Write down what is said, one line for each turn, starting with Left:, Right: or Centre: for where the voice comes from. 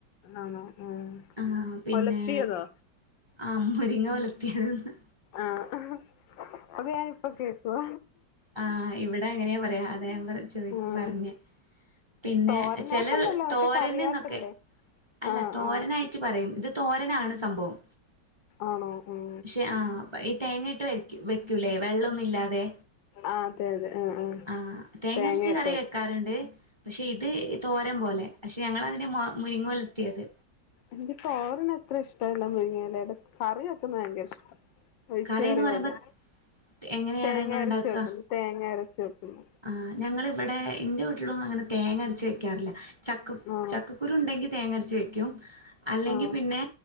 Left: ആണോ ഉം
Right: ആഹ് പിന്നെ
Left: ഒലത്തിയതോ
Right: ആം മുരിങ്ങ ഒലത്തിയദ്ന്ന്
Left: ആഹ് ഹ അത് ഞാാനിപ്പ കേക്കുവ
Right: ആഹ് ഇവിടെ അങ്ങനെയ പറയാ അത ഞ ചോദിച്
Left: ഉം
Right: പറഞ്ഞ പിന്നെ
Left: തോരനായിട്ടല്ലല്ലോ
Right: ചെല
Left: മറ്റേ
Right: തോരന്ന്നൊക്കെ
Left: കറിയായിട്ടല്ലേ
Right: അല്ല
Left: ആഹ്
Right: തോരനായിട്ട്
Left: ആഹ്
Right: പറയും ഇത് തോരനാണ് സംഭവം
Left: ആണോ ഉം
Right: പക്ഷെ ആഹ് അപ്പ ഈ തേങ്ങയിട്ട് വ വെക്കൂല്ലേ വെള്ളന്നു ഇല്ലാതെ
Left: ആഹ് അതെ അതെ ആ ആ
Right: ആഹ് തേങ്ങരച്ച്
Left: തേങ്ങ ഇട്ട അത്
Right: <unintelligible> പക്ഷെ ഇത് തോരം പോലെ പക്ഷെ ഞങ്ങ അതിനെ മുരിങ്ങ ഒലത്തിയത്
Left: എനിക്ക്പ്പോ ഓറിന് എത്ര ഇഷ്ടമല്ല മുഴങ്ങിയാലടെ കറിവെക്കുന്നത് ഭയങ്കര ഇഷ്ടം ഒഴിച്
Right: കറിന്ന്
Left: കറി
Right: പറയുമ്പോ
Left: പോലെ
Right: എങ്ങനെയാണ്
Left: തേങ്ങ
Right: നിങ്ങളുണ്ടാക്കുക
Left: അരച്ചു വെക്കുന്നു തേങ്ങ അരച്ച വെക്കുന്നു
Right: ആഹ് ഞങ്ങളിവിടെ എന്റെ വീട്ടിലൊന്നും അങ്ങനെ തേങ്ങ അരച്ച് വെക്കാറില്ല ചക്ക്
Left: ആഹ്
Right: ചക്ക് ക്കുരുണ്ടെങ്കിൽ തേങ്ങ അരച്ചവെക്കു അല്ലെങ്കിൽ
Left: ആഹ്
Right: പിന്നെ